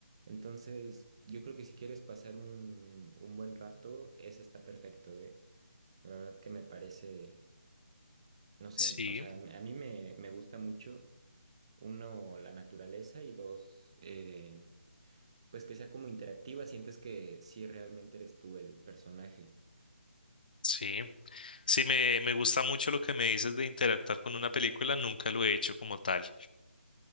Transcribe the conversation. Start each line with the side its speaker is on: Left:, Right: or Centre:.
Right: Entonces, yo creo que si quieres pasar un, un buen rato, ese está perfecto, ¿eh? La verdad que me parece, no sé,
Left: Sí,
Right: o sea, a mí me, me gusta mucho, uno, la naturaleza y dos, eh, pues que sea como interactiva, sientes que sí realmente eres tú el personaje.
Left: sí. Sí, me, me gusta mucho lo que me dices de interactuar con una película. Nunca lo he hecho como tal.